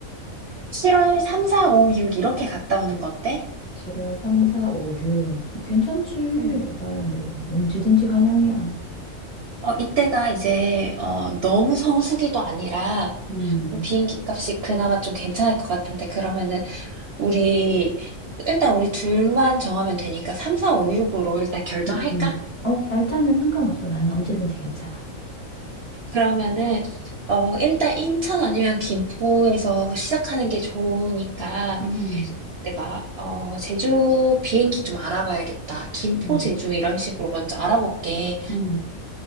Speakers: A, on the right; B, on the left.
A: 7월 3, 4, 5, 6 이렇게 갔다 오는 거 어때?
B: 7월 3, 4, 5, 6. 괜찮지.
A: 응.
B: 나야 뭐 언제든지 환영이야.
A: 어, 이때가 이제 어, 너무 성수기도 아니라
B: 음,
A: 비행기 값이 그나마 좀 괜찮을 것 같은데 그러면은 우리 일단 우리 둘만 정하면 되니까 3, 4, 5, 6으로 일단 결정할까?
B: 음, 음. 어, 날짜는 상관없어. 나는 언제든지 괜찮아.
A: 그러면은 어 일단 인천 아니면 김포에서 그 시작하는 게 좋으니까
B: 음,
A: 내가 어 제주 비행기 좀 알아봐야겠다. 김포
B: 음,
A: 제주 이런 식으로 먼저 알아볼게.
B: 음.